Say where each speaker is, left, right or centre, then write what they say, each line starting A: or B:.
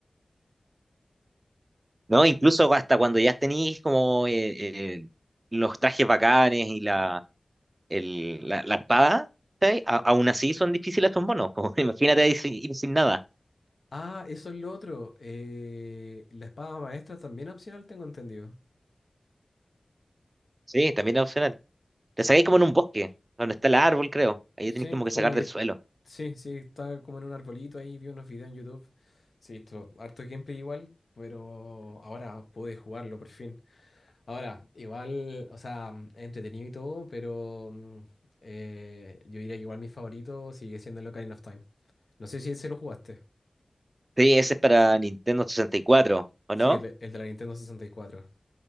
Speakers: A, on the right; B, on the left.
A: ¿No? Incluso hasta cuando ya tenéis como eh, eh, los trajes bacanes y la, el, la, la espada, ¿sí? A- aún así son difíciles estos monos. Como, <laughs> imagínate ir sin, ir sin nada.
B: Ah, eso es lo otro. eh, la espada maestra también es opcional, tengo entendido.
A: Sí, también es opcional. Te sacáis como en un bosque, donde está el árbol, creo. Ahí
B: Sí,
A: tenéis como que
B: como
A: sacar
B: que
A: del suelo.
B: sí, sí, estaba como en un arbolito ahí, vi unos videos en YouTube. Sí, esto, harto gameplay igual, pero ahora pude jugarlo por fin. Ahora, igual, o sea, mm, es entretenido y todo, pero mm, eh, yo diría que igual mi favorito sigue siendo el Ocarina of Time. No sé si ese lo jugaste.
A: Sí, ese es para Nintendo 64, ¿o
B: Sí,
A: no?
B: el de, el de la Nintendo 64.